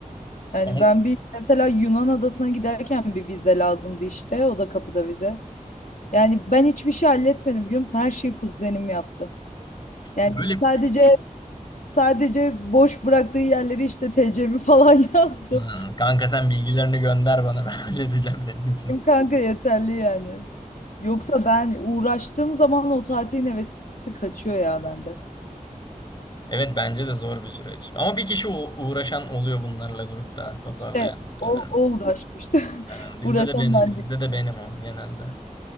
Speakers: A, on the left (about 75°); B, on the left (about 35°).
A: Yani
B: On-
A: ben bir mesela Yunan adasına giderken bir vize lazımdı işte. O da kapıda vize. Yani ben hiçbir şey halletmedim biliyor musun? Her şeyi kuzenim yaptı. Yani
B: Böyle
A: sadece sadece boş bıraktığı yerleri işte TC'mi falan <laughs> yazdım.
B: Ha, kanka sen bilgilerini gönder bana ben <laughs> halledeceğim seninkini.
A: Benim kanka yeterli yani. Yoksa ben uğraştığım zaman o tatilin hevesi kaçıyor ya bende.
B: Evet bence de zor bir süreç. Ama bir kişi u- uğraşan oluyor bunlarla grupta toparlayan.
A: İşte o,
B: Neden?
A: o uğraşmıştı. <laughs>
B: Aynen. Bizde
A: Uğraşan
B: de benim.
A: ben
B: Bizde
A: değil.
B: de benim o genelde.